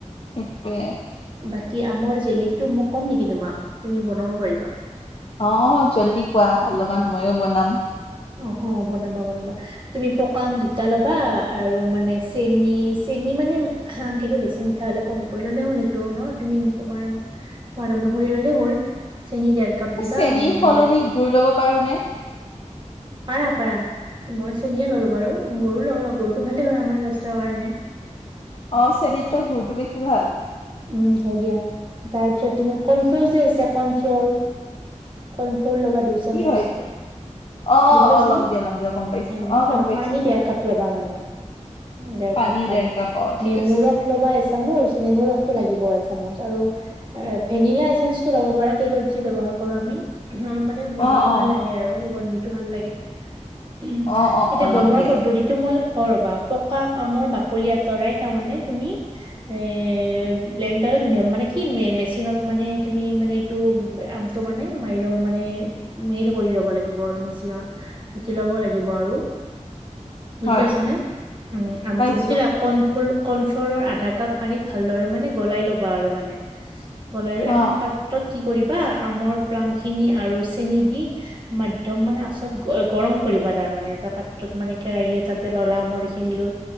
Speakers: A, on the left; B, on the right.
A: সেইটোৱেই
B: বাকী আমৰ জেলিটো মোক ক'ম নেকি তোমাক তুমি বনাব পাৰিবা
A: অ জল্দি কোৱা অলপমান ময়ো বনাম
B: অহ বনাবা বনাবা তুমি পকা আম দুটা ল'বা আৰু মানে চেনী চেনি মানে আম কেইটা বেছি মিঠা হলে কম কৰি ললে হ'ল সেইটো ন তুমি তোমাৰ সোৱাদ ধৰি ললেই হ'ল চেনি ডেৰ কাপ দিবা
A: চেনিৰ
B: মই
A: সলনি
B: দেৰ
A: গুৰ লব পাৰো নে
B: পাৰ পাৰা মই চেনীয়েে ললো বাৰু গৰু লওঁ গৰুটো ভালে হয় আমাৰ স্বাস্থ্যৰ কাৰণে
A: অ চেনিতকৈ গুৰটো বেছি ভাল
B: উম হয় দিয়া তাৰ পিছত তুমি কৰ্ণফ্ল'ৰ যে আছে কৰ্ণফ্ল'ৰ কৰ্ণফ্লৰ ল'বা দুই চামুচ
A: কি হয় এইটো অ
B: বুজি পাইছানে
A: অ ল'ম
B: উম
A: দিয়া ল'ম দিয়া গম পাইছো অ গম
B: আৰু
A: পাইছো
B: পানীত ডেৰ কাপ ল'বা মানে ডেৰ
A: পানীও
B: কাপ পানী
A: ডেৰ কাপ অ ঠিক
B: নেমুৰ
A: আছে
B: ৰস ল'বা এচামুচ নেমুৰ ৰসটো লাগিব এচামুচ আৰু ভেনিলা এচামুচ টো লব পাৰা কেকত যি ব্যৱহাৰ কৰো আমি অলপ মানে গোন্ধটো
A: অ অ
B: ভাল আহে আৰু সুগন্ধিটো ভাল লাগে উ
A: অ অ
B: এতিয়া
A: অ ল'ম
B: বনোৱাৰ
A: দিয়া
B: পদ্ধতিটো মই কৰ ৰ'বা পকা আমৰ বাকলি আঁতৰাই তাৰমানে তুমি এ ব্লেনণ্ডাৰত মানে কি মেচিনত মানে তুমি মানে এইটো টো মানে মাৰি লম মানে মিৰ কৰি ল'ব লাগিব আৰু মেচিনত পুতি ল'ব লাগিব। ল আৰু বুজি
A: হয়
B: পাইছ নে উম আমটো
A: পাইছো
B: ভুট লা কণ ফুল কৰ্ণফ্ল'ৰৰ আধা কাপ পানীত ভালদৰে মানে গলাই ল'বা আৰু মানে। হ'ল আৰু
A: অ
B: এখন পাত্ৰত কি কৰিবা আমৰ প্লাম খিনি আৰু চেনি দি মাধ্যম মানে আচত গৰম কৰিবা <unintelligible> এটা পাত্ৰত মানে কেৰাহী এটা তাতে ললা আমাৰখিনি লৈ